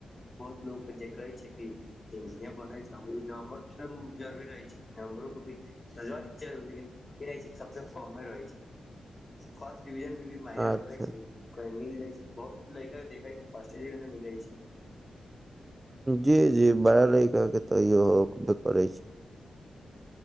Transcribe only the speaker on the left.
बहुत लोकके देखै छै कि इंजीनियर बनै छै नम्बर जरुरी रहै छै नम्बरो को भी लेकिन <unintelligible> ई रहै छै सबस कमे रहै छै फर्स्ट डिविजन मे भी मायने रखै
छै कह मिल जाइ छै बहुत लड़का के देखे छै फर्स्ट डिजन मिलै छै